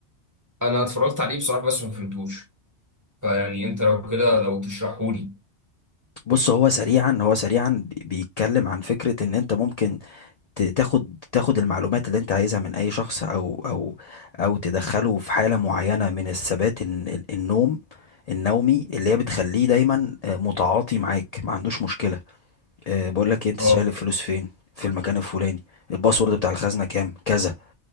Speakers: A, on the right; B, on the left.
A: انا اتفرجت عليه بصراحه بس ما فهمتوش فيعني انت لو كده لو تشرحهولي
B: بص هو سريعا هو سريعا بي- بيتكلم عن فكره ان انت ممكن ت- تاخد تاخد المعلومات اللي انت عايزها من اي شخص او او او تدخله في حاله معينه من الثبات الن- ال- النوم النومي اللي هي بتخليه دايما آه، متعاطي معاك ما عندوش مشكله أه بقول لك إيه، انت
A: اه
B: شايل الفلوس فين في المكان الفلاني الباسورد بتاع الخزنه كام كذا